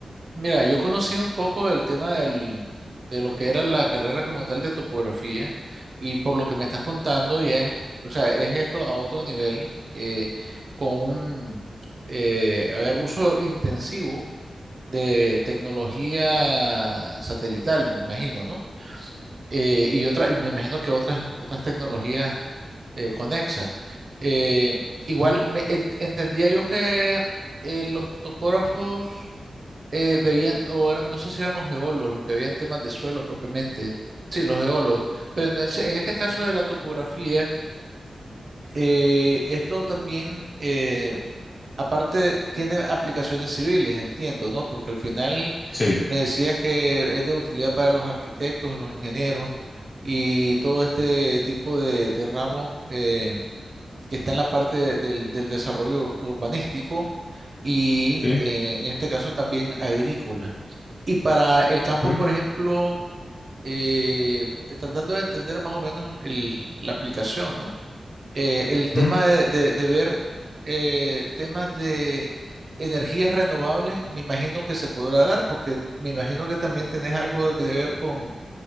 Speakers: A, on the right; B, on the left.
A: Mira, yo conocí un poco del tema del, de lo que era la carrera como tal de topografía y por lo que me estás contando ya es, o sea, es esto a otro nivel eh, con un, eh, a ver, uso intensivo de tecnología satelital, me imagino, ¿no? eh, y otra, y me imagino que otras, otras tecnologías eh, conexas. Eh, igual
B: Ujú,
A: me, en- entendía yo que eh, los topógrafos eh, veían, o eran, no sé si eran los geólogos, los que veían temas de suelo propiamente. Sí, los geólogos. Pero en, ese- en este caso de la topografía, eh, esto también eh, Aparte, tiene aplicaciones civiles, entiendo, ¿no? Porque al final
B: Sí,
A: me decías que es de utilidad para los arquitectos, los ingenieros y todo este tipo de, de ramos eh, que está en la parte de- del, del desarrollo ur- urbanístico y
B: sí,
A: eh, en este caso también agrícola. Y para el campo,
B: ujú,
A: por ejemplo, eh, tratando de entender más o menos el- la aplicación, ¿no? eh, el tema
B: Ujú,
A: de, de- de ver eh, temas de energías renovables, me imagino que se podrá dar, porque me imagino que también tenés algo que ver con